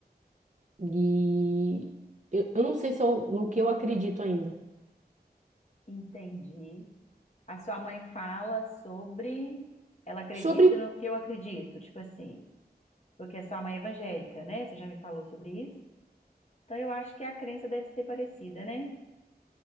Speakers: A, on the right (about 45°); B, on the left (about 40°).
A: E eu, eu não sei se eu- no que eu acredito ainda.
B: Entendi. A sua mãe fala sobre ela acredita
A: Sobre.
B: no que eu acredito, tipo assim, porque a sua mãe é evangélica, né? Você já me falou sobre isso? Então eu acho que a crença deve ser parecida, né?